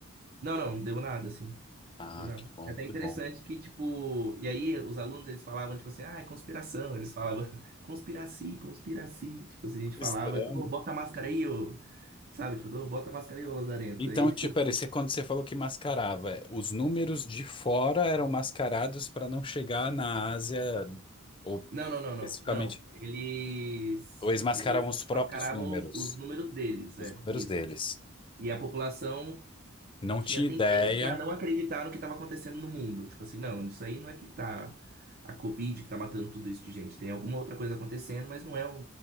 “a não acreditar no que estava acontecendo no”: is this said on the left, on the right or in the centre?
Right